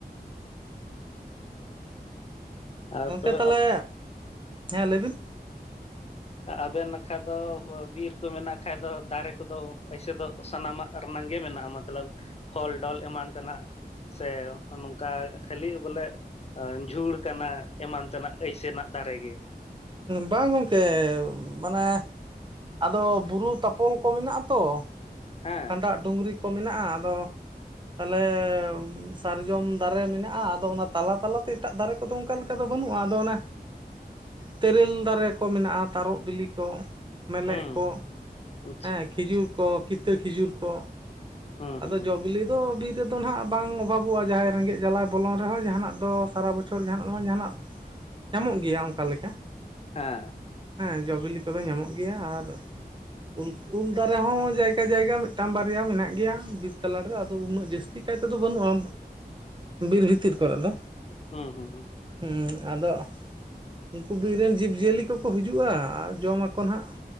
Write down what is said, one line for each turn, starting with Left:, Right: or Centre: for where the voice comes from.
Left: ᱟᱨ
Right: ᱜᱚᱝᱠᱮ
Left: ᱛᱚᱵᱮ
Right: ᱛᱟᱦᱚᱞᱮ
Left: ᱟᱯ
Right: ᱦᱮᱸ ᱞᱟᱹᱭ ᱵᱤᱱ
Left: ᱟᱵᱮᱱ ᱱᱟᱠᱷᱟ ᱫᱚ ᱵᱤᱨ ᱠᱚ ᱢᱮᱱᱟᱜ ᱠᱷᱟᱡ ᱫᱚ ᱫᱟᱨᱮ ᱠᱚᱫᱚ ᱯᱩᱭᱥᱟᱹ ᱥᱟᱱᱟᱢᱟᱜ ᱟᱨ ᱱᱟᱝᱜᱮ ᱢᱮᱱᱟᱜᱼᱟ ᱢᱚᱛᱞᱚᱵᱽ ᱯᱷᱚᱞ ᱰᱚᱞ ᱮᱢᱟᱱ ᱛᱮᱱᱟᱜ᱾ ᱥᱮ ᱱᱚᱝᱠᱟ ᱠᱷᱟᱹᱞᱤ ᱵᱚᱞᱮ ᱡᱷᱩᱲ ᱠᱟᱱᱟ ᱮᱢᱟᱱ ᱛᱮᱱᱟᱜ ᱟᱹᱭᱥᱮᱱᱟᱜ ᱫᱟᱨᱮ ᱜᱮ
Right: ᱵᱟᱝ ᱜᱚᱝᱠᱮ ᱢᱟᱱᱮ ᱟᱫᱚ ᱵᱩᱨᱩ ᱛᱟᱯᱚᱞ ᱠᱚ ᱢᱮᱱᱟᱜᱼᱟ ᱛᱚ
Left: ᱦᱮᱸ
Right: ᱠᱷᱟᱸᱰᱟᱜ ᱰᱩᱝᱨᱤ ᱠᱚ ᱢᱮᱱᱟᱜᱼᱟ ᱟᱫᱚ ᱛᱟᱦᱚᱞᱮ ᱥᱟᱨᱡᱚᱢ ᱫᱟᱨᱮ ᱢᱮᱱᱟᱜᱼᱟ ᱟᱫᱚ ᱚᱱᱟ ᱛᱟᱞᱟ ᱛᱟᱞᱟ ᱛᱮ ᱮᱴᱟᱜ ᱫᱟᱨᱮ ᱠᱚᱫᱚ ᱚᱱᱠᱟ ᱞᱮᱠᱟ ᱫᱚ ᱵᱟᱹᱱᱩᱜᱼᱟ ᱟᱫᱚ ᱚᱱᱟ ᱛᱮᱨᱮᱞ ᱫᱟᱨᱮ ᱠᱚ ᱢᱮᱱᱟᱜᱼᱟ ᱛᱟᱨᱚᱵ ᱵᱤᱞᱤ ᱠᱚ ᱢᱮᱞᱮᱜ
Left: ᱦᱩᱸ
Right: ᱠᱚ
Left: ᱟᱪᱪᱷᱟ
Right: ᱦᱮᱸ ᱠᱷᱤᱡᱩᱨ ᱠᱚ ᱠᱤᱛᱟᱹ ᱠᱷᱤᱡᱩᱨ ᱠᱚ
Left: ᱦᱩᱸ
Right: ᱟᱫᱚ
Left: ᱦᱩᱸ ᱦᱩᱸ
Right: ᱡᱚ ᱵᱤᱞᱤ ᱫᱚ ᱵᱤᱨ ᱤᱛᱟᱹ ᱫᱚ ᱦᱟᱸᱜ ᱵᱟᱝ ᱚᱵᱷᱟᱵᱚᱜᱼᱟ ᱡᱟᱦᱟᱸᱭ ᱨᱮᱸᱜᱮᱡ ᱡᱟᱞᱟᱭ ᱵᱚᱞᱚᱱ ᱨᱮᱦᱚᱸ ᱡᱟᱦᱟᱸᱱᱟᱜ ᱫᱚ ᱥᱟᱨᱟ ᱵᱚᱪᱷᱚᱨ ᱡᱟᱦᱟᱸᱱᱟᱜ ᱫᱚ ᱵᱟᱝ ᱡᱟᱦᱟᱸᱱᱟᱜ ᱧᱟᱢᱚᱜ ᱜᱮᱭᱟ ᱚᱱᱠᱟ ᱞᱮᱠᱟ
Left: ᱦᱮᱸ
Right: ᱦᱮᱸ ᱡᱚ ᱵᱤᱞᱤ ᱠᱚᱫᱚ ᱧᱟᱢᱚᱜ ᱜᱮᱭᱟ ᱟᱨ ᱩ ᱩᱞ ᱫᱟᱨᱮ ᱦᱚᱸ ᱡᱟᱭᱜᱟ ᱡᱟᱭᱜᱟ ᱢᱤᱫᱴᱟᱝ ᱵᱟᱨᱭᱟ ᱢᱮᱱᱟᱜ ᱜᱮᱭᱟ ᱵᱤᱨ ᱛᱟᱞᱟ ᱨᱮ ᱟᱫᱚ ᱩᱱᱟᱹᱜ ᱡᱟᱹᱥᱛᱤ ᱠᱟᱭ ᱛᱮᱫᱚ ᱵᱟᱹᱱᱩᱜᱼᱟ ᱵᱤᱨ ᱵᱷᱤᱛᱤᱨ ᱠᱚᱨᱮ ᱫᱚ
Left: ᱦᱩᱸ ᱦᱩᱸ ᱦᱸ
Right: ᱦᱮᱸ ᱟᱫᱚ ᱩᱱᱠᱩ ᱵᱤᱨ ᱨᱮᱱ ᱡᱤᱵᱽᱼᱡᱤᱭᱟᱹᱞᱤ ᱠᱚᱠᱚ ᱦᱤᱡᱩᱜᱼᱟ ᱟᱨ ᱡᱚᱢ ᱟᱠᱚ ᱱᱟᱦᱟᱜ